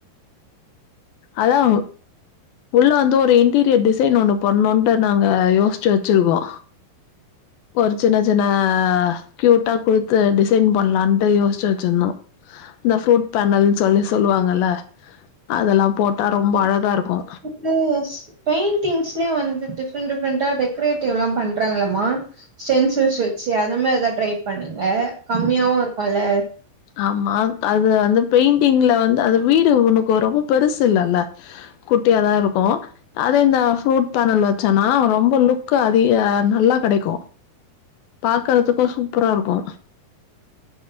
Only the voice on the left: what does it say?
அதா உள்ள வந்து ஒரு இன்டீரியர் டிசைன் ஒண்ணு பண்ணுன்ட்டு நாங்க யோஸ்ச்சு வச்சிருக்கோ ஒரு சின்ன சின்ன க்யூட்டா குடுத்து டிசைன் பண்ணலான்ட்டு யோசிச்சு வச்சிருந்தோ இந்த ஃப்ரூட் பண்ணதுன் சொல்லி சொல்லுவாங்கல்ல அதெல்லா போட்டா ரொம்ப அழகா இருக் கோ
ஆமா கா அது வந்து பெயிண்டிங்ல வந்து அது வீடு உனக்கு ரொம்ப பெருசு இல்லல்ல குட்டியாதா இருக்கு அதே இந்த ஃப்ரூட் பேனல் வச்சேன்னா அவ ரொம்ப லுக் அதிக நல்லா கெடைக்கு பாக்கறதுக்கு சூப்பரா இருப்போ